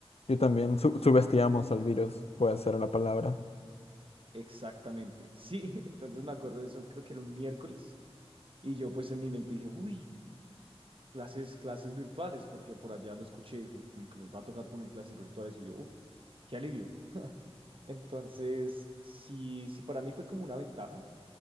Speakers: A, on the left (about 70°); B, on the right (about 55°).
A: yo también su- subestimamos al virus, puede ser la palabra.
B: Exactamente. Sí, <laughs> entonces me acuerdo de eso, creo que era un miércoles. Y yo pues en mi mente dije, uy, clases, clases virtuales, porque por allá lo escuché, digo, como que nos va a tocar poner clases virtuales. Y yo, uh, qué alivio. Entonces, sí, sí, para mí fue como una ventaja.